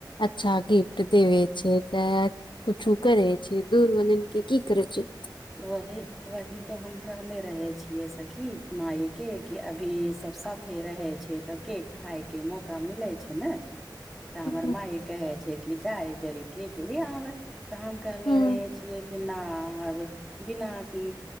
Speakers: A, on the left; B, in the centre.
A: अच्छा गिफ्ट देवे छै चाहे कुछु करै छै दूर वलन के की करै छै
B: वही वही तऽ हम कहले रहै छियै सखी माय के कि अभी सब सब रह छै तऽ केक खायके मौका मिलै छै ने तऽ
A: हुं
B: हमर माइ कहै छै कि जाय जड़ि केक ले आबे तऽ हम कहले
A: हुं
B: रहे छियै कि नाऽ आब बिना कि